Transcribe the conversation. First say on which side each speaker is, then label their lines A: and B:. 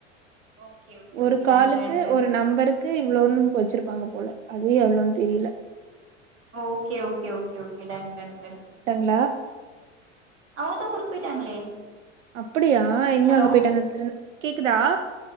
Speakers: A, on the right; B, on the right.
A: ஓகே ஓகே
B: ஒரு
A: ஓகே
B: காலுக்கு
A: டன் டன் டன்
B: ஒரு நம்பருக்கு இவ்வளவுன்னு வச்சிருப்பாங்க போல அது எவ்வளவுன்ட் தெரியிலே
A: ஓகே ஓகே ஓகே ஓகே டன் டன் டன்
B: ஆ
A: அவுங்க தான் ஊருக்கு போயிட்டாங்களே
B: அப்படியா எங்கே
A: ஹலோ
B: அங்கே போயிட்டாங்க தெரி கேக்குதா